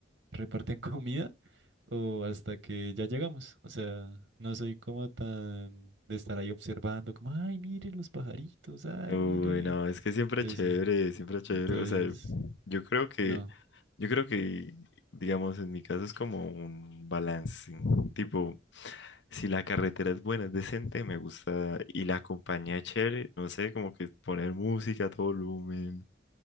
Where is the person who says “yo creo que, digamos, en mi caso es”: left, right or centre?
Left